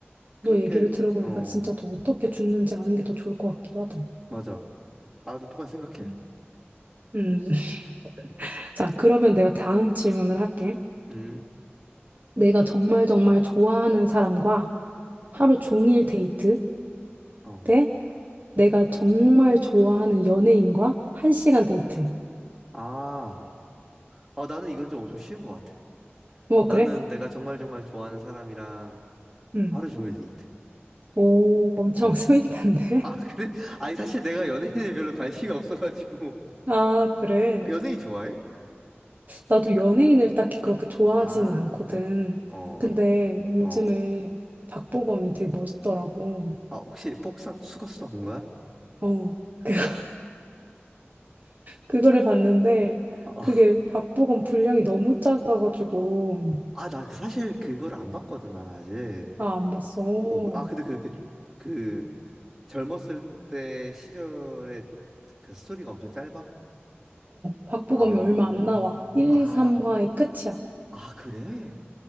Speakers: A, in the centre; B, on the right.
A: 그렇게,
B: 너 얘기를 들어보니까
A: 어,
B: 진짜 더 어떻게 죽는지 아는 게 더 좋을 것 같기도 하다.
A: 맞아. 나도 똑같이 생각해.
B: 음, 음. <laughs> 자, 그러면 내가 다음 질문을 할게.
A: 음.
B: 내가 정말 정말 좋아하는 사람과 하루 종일 데이트?
A: 어.
B: 대 내가 정말 좋아하는 연예인과 한시간 데이트.
A: 아, 어, 나는 이건 좀 엄청 쉬운 것 같아.
B: 어,
A: 나는
B: 그래?
A: 내가 정말 정말 좋아하는 사람이랑
B: 응.
A: 하루 종일 데이트.
B: 오, 엄청
A: 어.
B: <laughs> 스윗한데?
A: 아, 그래? <laughs> 아니, 사실 내가 연예인에 별로 관심이 없어가지고.
B: 아, 그래.
A: 아, 연예인 좋아해?
B: 나도 연예인을 딱히 그렇게 좋아하진
A: 아,
B: 않거든.
A: 그래? 어,
B: 근데 요즘에
A: 어.
B: 박보검이 되게 멋있더라고.
A: 아, 혹시 복사 수거수다 본 거야?
B: 어, <laughs> 그, 그거를 봤는데
A: 어.
B: 그게 박보검 분량이 너무 작아가지고
A: 아, 나 그- 사실 그거를 안 봤거든, 난 아직.
B: 아, 안 봤어. 어,
A: 어, 그- 아, 근데 그렇게 그 젊었을 때 시절에 그 스토리가 엄청 짧아?
B: 박보검이
A: 아,
B: 얼마 안 나와. 1,
A: 아,
B: 2, 3화의 끝이야.
A: 아, 그래?